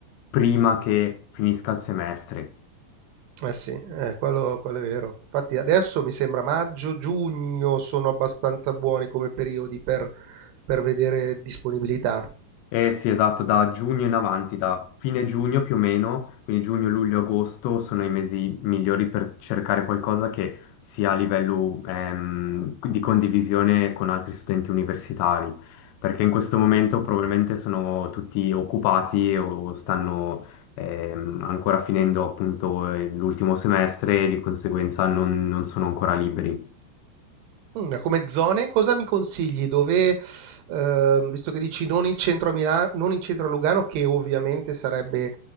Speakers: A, on the left (about 85°); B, on the right (about 75°).
A: prima che finisca il semestre.
B: sì, eh, quello, quello è vero. Infatti adesso mi sembra maggio, giugno sono abbastanza buoni come periodi per, per vedere disponibilità.
A: Eh sì, esatto, da giugno in avanti, da fine giugno più o meno, quindi giugno, luglio, agosto sono i mesi migliori per cercare qualcosa che sia a livello ehm, di condivisione con altri studenti universitari, perché in questo momento probabilmente sono tutti occupati o stanno ehm, ancora finendo appunto eh, l'ultimo semestre e di conseguenza non non sono ancora liberi.
B: Mm, come zone, cosa mi consigli? Dove, ehm, visto che dici non il centro a Milano, non il centro a Lugano, che ovviamente sarebbe